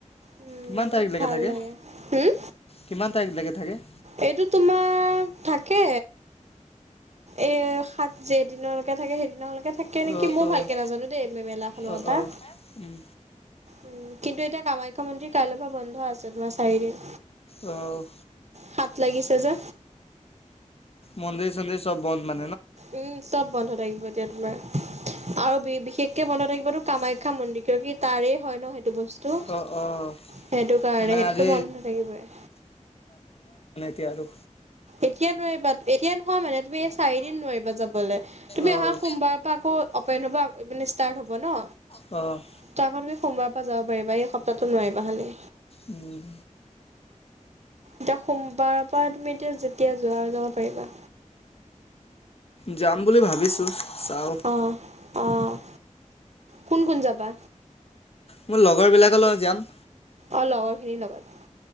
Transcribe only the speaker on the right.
উম,
বহুত
ভাল
লাগে। হুম?
এইটো তোমাৰ থাকে এই সাত যেই দিনলৈকে থাকে, সেইদিনলৈকে থাকে নেকি
ময়ো
ভালকে নাজানো দেই, মেলাখনৰ
কথা।
উম, কিন্তু এতিয়া কামাখ্যা মন্দিৰ কাইলৈৰ পৰা বন্ধ আছে তোমাৰ চাৰিদিন।
সাত লাগিছে যে
উম চব বন্ধ থাকিব এতিয়া তোমাৰ। আৰু বিশেষকে বন্ধ থাকিবতো কামাখ্যা মন্দিৰ কিয় কি তাৰে হয় ন। সেইটো বস্তু
সেইটো কাৰণে
সেইটোতো
বন্ধ থাকিবই।
এতিয়া নোৱাৰিবা এতিয়া নহয় মানে তুমি এই চাৰিদিন নোৱাৰিবা যাবলে তুমি
অহা সোমবাৰৰ পৰা আকৌ অপেন হ'ব মানে ষ্টাৰ্ট হ'ব ন,
ত' আকৌ তুমি সোমবাৰৰ পৰা যাব পাৰিবা, এই সপ্তাহটো নোৱাৰিবা খালি।
এতিয়া, সোমবাৰৰ পৰা তুমি এতিয়া যেতিয়া যোৱা আৰু যাব পাৰিবা।
অ অ', কোন, কোন যাবা?
অ', লগৰ খিনিৰ লগত।